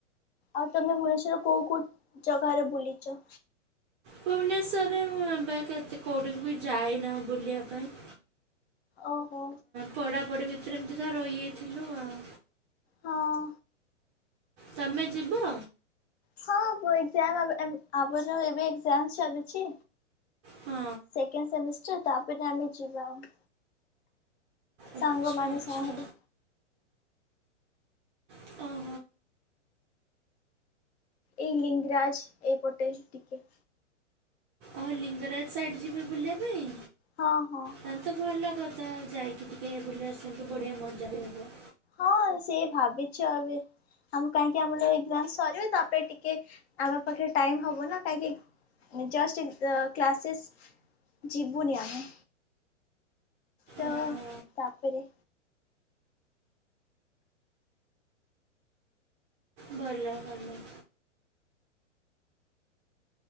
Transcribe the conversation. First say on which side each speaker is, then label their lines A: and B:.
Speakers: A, on the left; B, on the right.
A: ଆଉ ତମେ ଭୁବନେଶ୍ବର ରେ କୋଉ କୋଉ ଜାଗାରେ ବୁଲିଛ?
B: ଭୁବନେଶ୍ବର ରେ ମୁ ଏବେ କେତେ କଉଠିକି ବି ଯାଇନାଉ ବୁଲିବା ପାଇଁ।
A: ଓହୋ।
B: ପଢା ପଢ଼ି ଭିତରେ ଏମିତି ତ ରହିଯାଇଥିଲୁ ଆଉ।
A: ହଁ।
B: ତମେ ଯିବ?
A: ହଁ ଆମ ଏକ୍ସାମ ଆମର ଏବେ ଏକ୍ସାମ ଚାଲିଛି।
B: ହଁ
A: ସେକେଣ୍ଡ ସେମିଷ୍ଟର ତାପରେ ଆମେ ଯିବା ଆଉ।
B: ଆଚ୍ଛା
A: ସାଙ୍ଗମାନେ
B: ଆଚ୍ଛା
A: ସହରେ
B: <unintelligible>
A: ଏହି ଲିଙ୍ଗରାଜ ଏପଟେ ଟିକେ।
B: ଓହ ଲିଙ୍ଗରାଜ ସାଇଡ଼ ଯିବେ ବୁଲିବା ପାଇଁ?
A: ହଁ ହଁ।
B: ତାହେଲେ ତ ଭଲ କଥା ଯାଇକି ଟିକେ ବୁଲି ଆସନ୍ତୁ ବଢିଆ ମଜା ବି ହବ।
A: ହଁ ସେ ଭାବିଛୁ ଏବେ ଆମ କାହିଁକି ଆମର ଏକ୍ସାମ ସରିବେ ତାପ ଟିକେ ଆମ ପାଖରେ ଟାଇମ ହବ ନା କାହିଁକି ଜଷ୍ଟ ଅ କ୍ଲାସେସ୍ ଯିିବୁନି ଆମେ। ତ
B: ଓହୋ
A: ତାପରେ
B: ଭଲ ଭଲ।